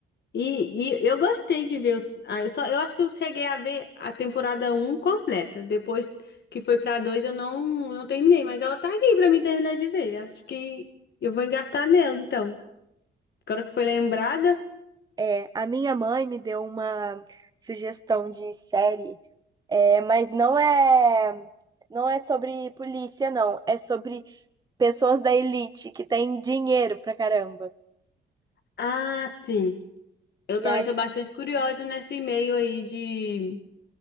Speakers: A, on the left; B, on the right.
A: E, e eu gostei de ver os. Ah, eu só, eu acho que eu cheguei a ver a temporada um completa. Depois que foi pra 2 eu não, não terminei. Mas ela tá aqui pra mim terminar de ver. Acho que eu vou engatar nela, então. Agora que foi lembrada.
B: É, a minha mãe me deu uma sugestão de série, é, mas não é, não é sobre polícia, não. É sobre pessoas da elite que têm dinheiro pra caramba.
A: Ah, sim. Eu
B: E
A: também
B: aí,
A: sou bastante curiosa nesse meio aí de